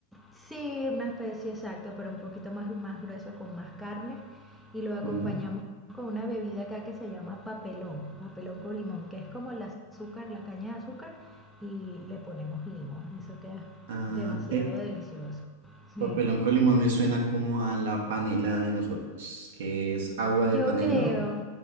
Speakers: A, in the centre; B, on the right.
A: Sí, una especie exacto, pero un poquito más, más grueso con más carne y lo acompañamos
B: Bueno,
A: con una bebida acá que se llama papelón, papelón con limón, que es como el azúcar, la caña de azúcar y le ponemos limón. Eso queda
B: ah,
A: demasiado
B: eh,
A: delicioso. Sí.
B: papelón con limón me suena como a la panela de nosotros, que es agua
A: Yo
B: de panela
A: creo